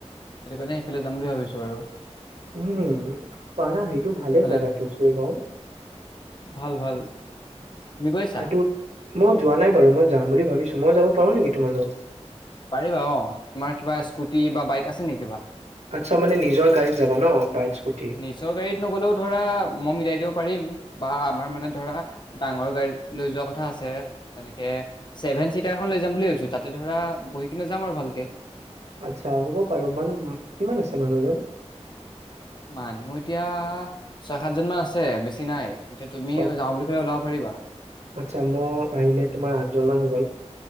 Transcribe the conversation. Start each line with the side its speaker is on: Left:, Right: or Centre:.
Left: সেইটো কাৰণে এইফালে যাম বুলি ভাবিছোঁ আৰু।
Right: উম, পাৰা সেইটো ভালে
Left: মানে
Right: জাগাটো শ্বেৰগাঁও।
Left: ভাল - ভাল। তুমি গৈছা?
Right: সেইটোত মই যোৱা নাই বাৰু, মই যাম বুলি ভাবিছো। মই যাব পাৰো নেকি? তোমালোক
Left: পাৰিবা অ, তোমাৰ কিবা স্কুটি বা বাইক আছে নেকি কিবা?
Right: আচ্ছা মানে নিজৰ গাড়ীত যাবা ন বাইক স্কুটি
Left: নিজৰ গাড়ীত নগলেও ধৰা মই মিলাই দিব পাৰিম। বা আমাৰ মানে ধৰা ডাঙৰ গাড়ী লৈ যোৱা কথা আছে, তেনেকে ছেভেন চিটাৰখন লৈ যাম বুলি ভাবিছো, তাতে ধৰা বহি কিনে যাম আৰু ভালকে।
Right: আচ্ছা হ'ব পাৰে, মানু, কিমান আছে মানুহজন?
Left: মানুহ এতিয়া ছয- সাতজন মান আছে, বেছি নাই।
Right: <unintelligible>
Left: এতিয়া তুমি যাওঁ বুলি ক'লে ওলাব পাৰিবা
Right: আচ্ছা মই আহিলে তোমাৰ আঁঠজন মান হ <inaudible>